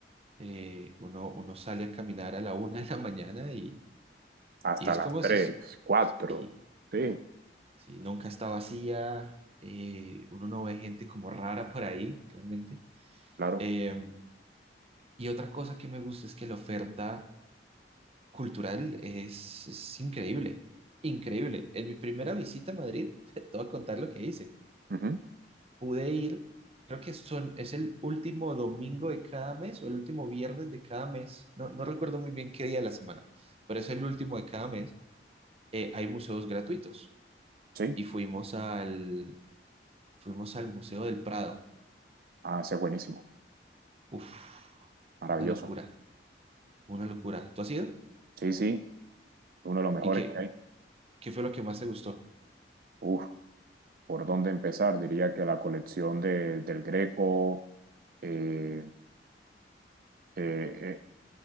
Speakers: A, on the right (about 35°); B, on the right (about 55°).
A: Eh, uno, uno sale a caminar a la una de la mañana y,
B: hasta
A: y es
B: las
A: como
B: tres,
A: si, es-
B: cuatro.
A: sí,
B: Sí,
A: Sí, nunca está vacía, eh, uno no ve gente como rara por ahí, realmente.
B: claro.
A: Eh, y otra cosa que me gusta es que la oferta cultural es, es increíble, increíble. En mi primera visita a Madrid, <laughs> te voy a contar lo que hice.
B: Ujú,
A: Pude ir, creo que son, es el último domingo de cada mes o el último viernes de cada mes, no, no recuerdo muy bien qué día de la semana, pero es el último de cada mes. Eh, hay museos gratuitos
B: Sí,
A: y fuimos al, fuimos al Museo del Prado
B: ah, ese es buenísimo,
A: Uf,
B: maravilloso.
A: una locura, una locura. ¿Tú has ido?
B: Sí, sí, uno de los mejores
A: ¿Y qué?
B: que hay.
A: ¿Qué fue lo que más te gustó?
B: Uf. ¿Por dónde empezar? Diría que la colección de, del Greco, eh, eh, eh,